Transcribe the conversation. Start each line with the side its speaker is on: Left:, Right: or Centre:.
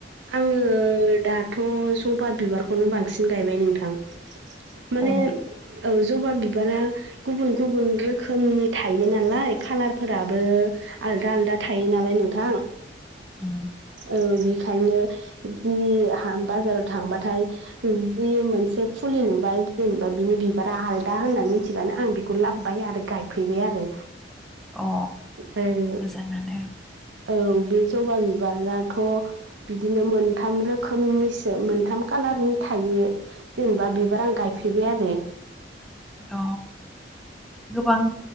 Right: आङो दाथ' सबा बिबारखौनो बांसिन गायबाय नोंथां। माने
Centre: अ
Right: ओ जबा बिबारा गुबुन गुबुन रोखोमनि थायो नालाय कालारफोराबो आलदा आलदा थायो नालाय नोंथां।
Centre: उम
Right: औ बेखायनो जि बाजाराव थांबाथाय जि मोनसे फुलि नुबाय जेनेबा बिनि बिबारा आलदा होनना मिथिबानो आं बेखौ लाबबाय आरो गायफैबाय आरो
Centre: अ
Right: ओ
Centre: मोजाङानो
Right: औ बे जबा बिबाराथ' बिदिनो मोनथाम रोखोमनिसो मोनथाम खालारनि थायो। जेनेबा बिबार आं गायफेरबाय आरो
Centre: अ गोबां